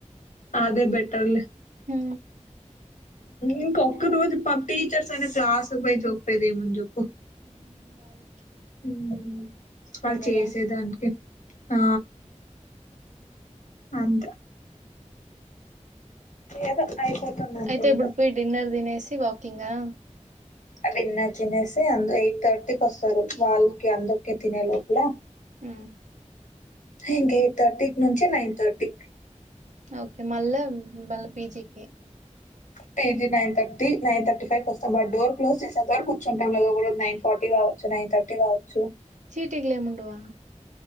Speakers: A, on the left; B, on the right.
A: అదే బెటర్ లే
B: హ
A: ఇంకొక్క రోజు టీచర్స్ అనే క్లాస్కు పోయి చూప్పేది ఏముంది చెప్పు
B: ఉమ్ వాళ్ళ
A: ఉమ్ వాళ్ళు
B: కదా
A: చేసేదానికి ఆ అంతే ఏదో అయిపోతుంది అంతే
B: అయితే ఇప్పుడు
A: ఇంకా
B: పోయి డిన్నర్ తినేసి వాకింగ్ ఆ
A: డిన్నర్ తినేసి అందు ఎయిట్ థర్టీకి వస్తారు వాళ్ళకి అందకే తినే లోపల
B: ఆ
A: ఇంక ఎయిట్థర్టీకి నుంచి నైన్ తర్టీ
B: ఓకే మళ్ళా మళ్ళ పిజికి
A: PG nine thirty nine thirty five వస్తాం వాడు డోర్ క్లోజ్ చేసేంత వరకు కూర్చుంటాం లేదో కూడా నైన్ ఫార్టీ కావ చ్చు నైన్ థర్టీ కావచ్చు
B: చీటింగ్ లేము ఉండవా